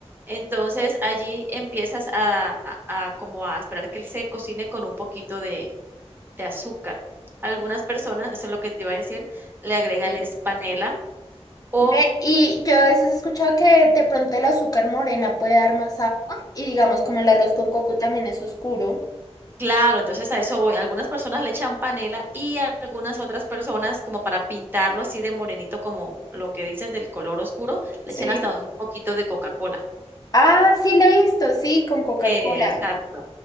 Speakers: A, on the right; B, on the left.
A: entonces, allí empiezas a a a como a esperar que él se cocine con un poquito de de azúcar. Algunas personas, eso es lo que te iba a decir, le agregan
B: sí.
A: es panela o
B: Ven, y yo a veces he escuchado que de pronto el azúcar morena puede dar más sabor y digamos como el arroz con coco también es oscuro.
A: claro, entonces a eso voy. Algunas personas le echan panela y algunas otras personas, como para pintarlo así de morenito, como lo que dices del color oscuro, le
B: Sí.
A: echan hasta un poquito de Coca-Cola.
B: Ah, sí, lo he visto, sí, con Coca-Cola.
A: Eh, Exacto.